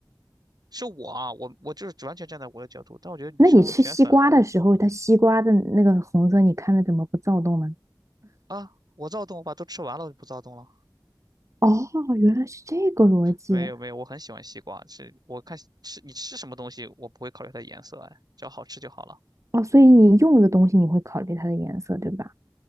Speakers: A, on the right (about 60°); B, on the right (about 40°).
A: 是我啊，我我就是完全站在我的角度，但我觉得女生选粉红
B: 那你吃西瓜的时候，它西瓜的那个红色，你看了怎么不躁动呢？
A: 啊，我躁动，我把都吃完了，我就不躁动了。
B: 哦，原来是这个逻辑
A: 没有没有，我很喜欢西瓜，是我看吃你吃什么东西，我不会考虑它颜色，哎，只要好吃就好了。
B: 哦，所以你用的东西你会考虑它的颜色，对吧？